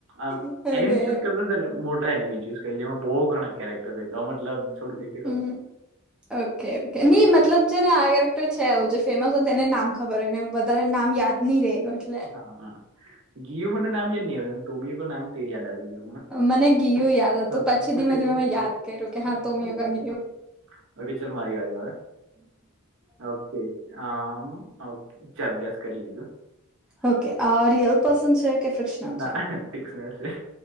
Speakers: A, on the right (about 60°); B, in the centre.
A: આમ
B: ઓકે
A: એનીમી
B: હમ
A: ચુઝ કરતા તાને મોટા એનીમી જ્યૂસ કે જેમાં બહુ ઘણા કેરેક્ટર રેતા હોય મતલબ છોડ દે
B: હમ હમ ઓકે કે ની
A: ઓકે
B: મતલબ છે ને આ કેરેક્ટર છે આવું જે ફેમસ હોય તેને નામ ખબર હોય ને વધારે નામ યાદ ની રે એનું એટલે
A: હહ હા ગી મને નામ યાદ ન આવે તમીઓર નામ તે યાદ આવે. ફ
B: મને ગીયું યાદ હતું
A: ઓ <unintelligible>
B: પછી ધીમે ધીમે મેં યાદ કર્યું કે હા તોમિયો ગયું
A: ઓકે ચલ મારી વારી હવે ઓકે આમ ઓકે ચલ ગેસ કર લીધું.
B: ઓકે અ રિયલ પર્સન છે? કે ફ્રિક્શનલ
A: ના
B: છે
A: ફિક્સનલ છે.